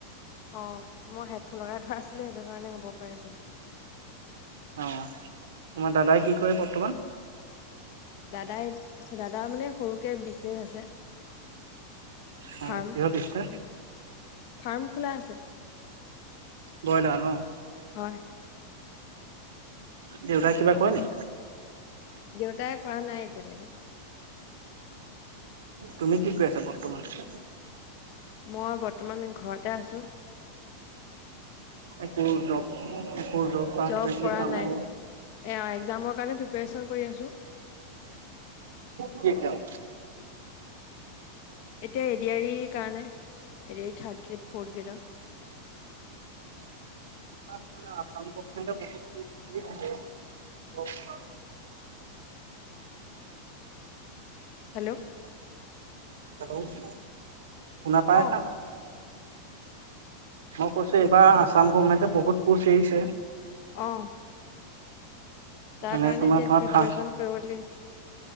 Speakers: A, on the left; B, on the right.
A: অহ, মই হেডফোন লগাই থোৱা আছিলে সেইটো কাৰণে হ'ব পাৰে যে
B: অহ, তোমাৰ দাদাই কি কৰে বৰ্তমান?
A: দাদাই, দাদাৰ মানে সৰুকে বিজনেচ আছে।
B: অ
A: ফাৰ্ম
B: কিহৰ
A: -ফাৰ্ম
B: বিজনেছ
A: খোলা আছে।
B: <inaudible> বইলা ন'?
A: হয়।
B: দেউতাই কিবা কৰে নি?
A: দেউতাই কৰা নাই এতিয়ালৈকে।
B: তুমি কি কৰি আছা বৰ্তমান?
A: মই বৰ্তমান ঘৰতে আছো।
B: একো জব একো বা
A: জব
B: কিবা কিবি
A: কৰা
B: কামৰ
A: নাই এয়া একজামক আমি প্ৰিপেৰেচন কৰি আছো।
B: কি একজাম?
A: এতিয়া এ দি আ ৰি কাৰণে এৰি third grade, fourth গ্ৰেডৰ <inaudible>
B: <unintelligible>
A: hello,
B: hello, শুনা পাই আছা?
A: অ
B: মই কৈছো এইবাৰ আছাম গভমেণ্টে বহুত কোচ এৰিছে।
A: অহ তাৰ
B: যেনে
A: কাৰণে
B: তোমাৰ
A: এতিয়া
B: ধৰা
A: প্ৰিপাৰচন
B: ফাৰ্ষ্ট
A: কৰিবলে